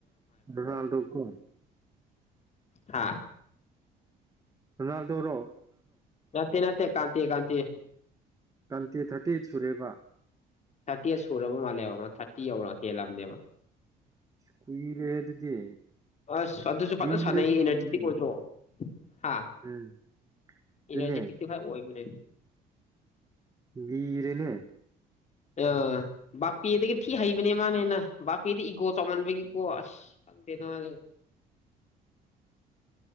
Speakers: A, on the right (about 20°); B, on the left (about 40°).
A: ꯑ ꯂꯀꯣ
B: ꯍꯥꯥ
A: ꯅꯗꯧꯔꯣ
B: ꯔꯇ ꯅꯅꯥꯇꯦ ꯀꯥꯟꯇ ꯀꯥꯟꯇ
A: ꯀ꯭ꯔꯥꯟꯇꯤ ꯊꯥꯔꯇꯤꯠ ꯁꯨꯔꯦꯕ
B: ꯊꯥꯔꯇꯤ ꯑꯦꯠ ꯁꯨꯔꯕ ꯃꯥꯜꯂꯦꯕ ꯑꯃ ꯊꯥꯔꯇꯤ ꯌꯧꯔꯒ ꯍꯦꯜꯂꯝꯅꯦꯕ
A: ꯀꯨꯏꯔꯦ ꯑꯗꯨꯗꯤ
B: ꯑꯁ ꯑꯗꯨꯁꯨ ꯐꯖꯅ
A: ꯂꯤꯔꯗꯤ
B: ꯁꯥꯟꯅꯩ ꯑꯦꯅꯔꯖꯤꯦꯇꯤꯛ
A: ꯐꯒꯅꯤ
B: ꯑꯣꯏꯗ꯭ꯔꯣ ꯍꯥ
A: ꯎꯝ
B: ꯑꯦꯅꯔꯖꯦꯇ
A: ꯑꯗꯨꯅꯦ
B: ꯍꯥꯏ ꯋꯥꯕ
A: ꯔꯦꯅꯦ
B: ꯑꯥ ꯕꯥꯄꯦꯗꯒꯤ ꯊꯤ ꯍꯩꯕꯅꯦ ꯃꯥꯅꯦ ꯍꯦꯟꯅ ꯕꯥꯄꯦꯗ ꯏꯒꯣ ꯆꯥꯎꯃꯟꯕꯒꯤꯀꯣ ꯑꯁ ꯈꯪꯗꯦ ꯅ ꯃꯥ